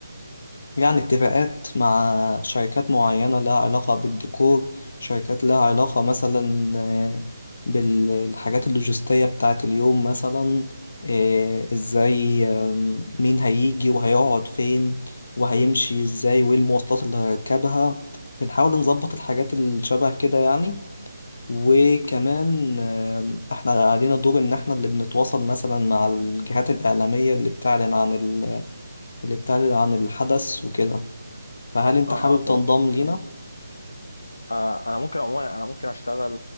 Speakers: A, on the left; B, on the left.
A: يعني اتفاقات مع شركات معينة لها علاقة بالديكور شركات لها علاقة مثلا آه، بالحاجات اللوجستية بتاعة اليوم مثلا آه، ازاي آم، مين هيجي وهيقعد فين وهيمشي ازاي وايه المواصلات اللي هيركبها بنحاول نظبط الحاجات اللي شبه كده يعني وكمان آم، احنا علينا دور ان احنا اللي بنتواصل مثلا مع الجهات الإعلامية اللي بتعلن عن ال... اللي بتعلن عن الحدث وكده فهل انت
B: اها
A: حابب
B: فهمت
A: تنضم لينا؟
B: فهمت آه، انا ممكن عموما انا ممكن اشتغل